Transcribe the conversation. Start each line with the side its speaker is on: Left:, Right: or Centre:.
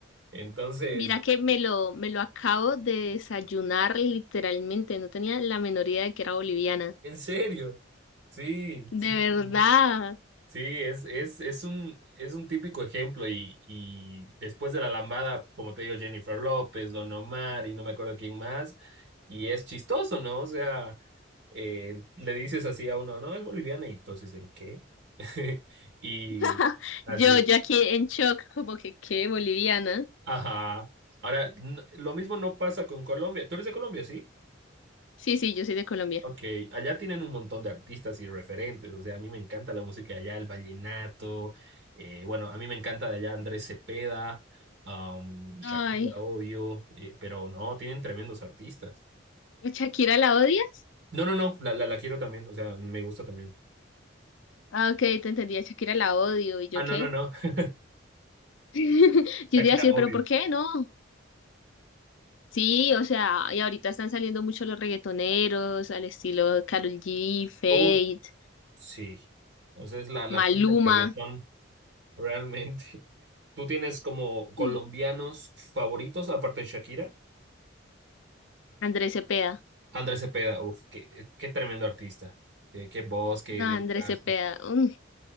Right: Entonces,
Left: Mira que me lo, me lo acabo de desayunar literalmente, no tenía la menor idea de que era boliviana.
Right: en serio, sí,
Left: De
Right: sí. sí,
Left: verdad.
Right: sí. Sí, es, es, es un, es un típico ejemplo y, y después de la lambada, como te digo, Jennifer López, Don Omar y no me acuerdo quién más, y es chistoso, ¿no? O sea, eh, le dices así a uno, no, es boliviana y entonces, ¿en qué? <laughs> Y
Left: <laughs>
Right: así,
Left: Yo, yo aquí en shock, como que, ¿qué? Boliviana.
Right: ajá. Ahora, n- lo mismo no pasa con Colombia. Tú eres de Colombia, ¿sí?
Left: Sí, sí, yo soy de Colombia.
Right: Ok, allá tienen un montón de artistas y referentes, o sea, a mí me encanta la música de allá, el vallenato, eh, bueno, a mí me encanta de allá Andrés Cepeda, am, Shakira,
Left: Ay,
Right: obvio, eh, pero no, tienen tremendos artistas.
Left: ¿a ¿Shakira la odias?
Right: No, no, no, la, la, la quiero también, o sea, me gusta también.
Left: Ah, ok, te entendí, a Shakira la odio, ¿y yo
Right: Ah, no,
Left: qué?
Right: no, no, <laughs>
Left: <laughs> Yo te
Right: Shakira,
Left: iba a decir,
Right: obvio.
Left: ¿pero por qué no? Sí, o sea, y ahorita están saliendo mucho los reggaetoneros al estilo Karol G, Fate,
Right: Uf, sí, o sea, es la, la
Left: Maluma,
Right: cuna del reggaetón, realmente. <laughs> ¿Tú tienes como colombianos
Left: Mm.
Right: favoritos aparte de Shakira?
Left: Andrés Cepeda.
Right: Andrés Cepeda, uf, qué, qué tremendo artista. Qué, qué voz, qué
Left: No,
Right: letras.
Left: Andrés Cepeda,
Right: qué-
Left: mm,